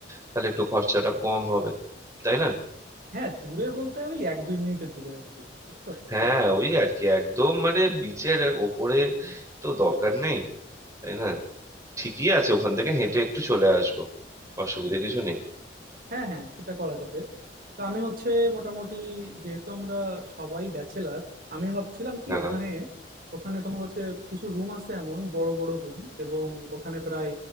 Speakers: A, on the right; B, on the right.
A: তাহলে একটু খরচাটা কম হবে তাই না
B: হ্যাঁ দূরে বলতে ওই এক দুই মিনিটের দূরে আর কি বুঝছো
A: হ্যাঁ
B: এরকম
A: ওই আর কি একদম মানে বিচের ওপরে তো দরকার নেই তাই না ঠিকই আছে ওখান থেকে হেঁটে একটু চলে আসবো অসুবিধা কিছু নেই
B: হ্যাঁ হ্যাঁ সেটা করা যাবে তো আমি হচ্ছে মোটামুটি যেহেতু আমরা সবাই ব্যাচেলার আমি ভাবছিলাম কি
A: হ্যাঁ
B: ওখানে ওখানে তোমার হচ্ছে কিছু রুম আছে এমন বড় বড় রুম এবং ওখানে প্রায়